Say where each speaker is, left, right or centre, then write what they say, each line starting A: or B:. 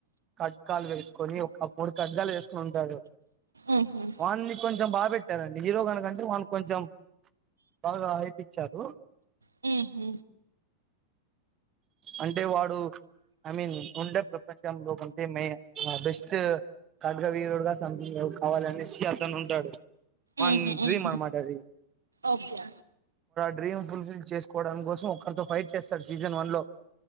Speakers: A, on the right (about 30°); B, on the right (about 75°).
A: కడ్గాలు వేసుకొని ఒక మూడు కట్గాలు వేసుకని ఉంటారు
B: ఉహు
A: వాన్ని కొంచెం బా పెట్ హీరో గాని కంటే వనికి కొంచెం బాగ హైప్ ఇచ్చారు
B: హు హు
A: అంటే వాడు ఐ మీన్ ఉండే ప్రపంచ లో కంటే మ బెస్ట్ ఖడ్గ వీరుడు గా సం కావాలనేసి అతను ఉంటాడు వాన్
B: ఉహు
A: డ్రీమ్
B: ఉహు
A: అనమాటది
B: ఓకే
A: డ్రీమ్ ఫుల్ఫిల్ చేసుకోవ డం కోసం ఒక్కరితో ఫైట్ చేస్తాడు సీజన్ వన్లో